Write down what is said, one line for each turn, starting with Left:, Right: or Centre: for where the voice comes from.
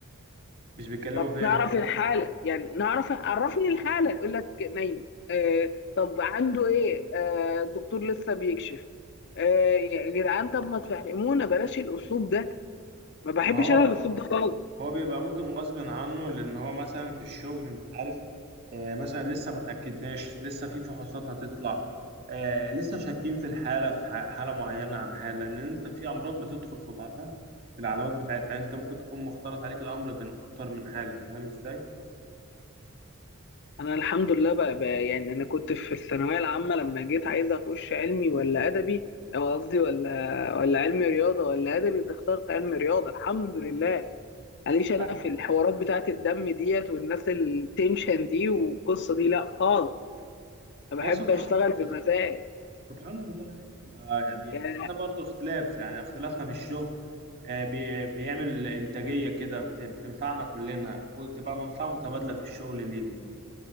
Right: مش بيتكلموا
Left: طب
Right: في ايه
Left: نعرف الحاله يعني نعرف عرفني الحاله يقول لك نايم آه طب عنده ايه آه الدكتور لسه بيكشف آه يا جدعان طب ما تفهمونا بلاش الاسلوب ده ما بحبش
Right: ما هو
Left: انا الاسلوب ده خالص
Right: هو بيبقى ممكن غصب عنه لان هو مثلا في الشغل انت عارف آه مثلا لسه ما تاكدناش لسه في فحوصات هتطلع آه لسه شاكين في الحاله في ح- حاله معينه عن حاله لان انت في امراض بتدخل في بعضها في العلامات بتاعتها يعني انت ممكن تكون مختلط عليك الامر بين اكتر من حاله فاهم ازاي
Left: انا الحمد لله بقى, بقى يعني انا كنت في الثانويه العامه لما جيت عايز اخش علمي ولا ادبي او قصدي ولا ولا علمي رياضه ولا ادبي كنت اخترت علمي رياضه الحمد لله معليش انا
Right: آه،
Left: في الحوارات بتاعت الدم ديت والناس التنشن دي والقصه دي لا خالص انا
Right: يا
Left: بحب
Right: سبحان
Left: اشتغل
Right: سبحان
Left: بمزاج
Right: سبحان الله يا ابني. آه يعني
Left: يعني
Right: احنا برضو اختلاف يعني اختلافنا في الشغل آه بي بيعمل انتاجية كده بت- بتنفعنا كلنا وتبقى منفعة متبادلة في الشغل لينا